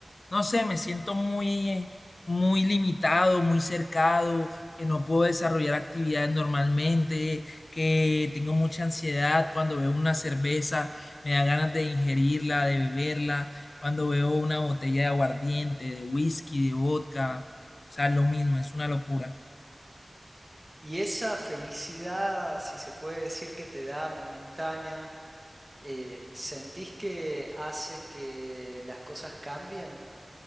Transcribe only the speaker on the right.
Y esa felicidad, si se puede decir que te da momentánea, eh, ¿sentís que hace que las cosas cambien?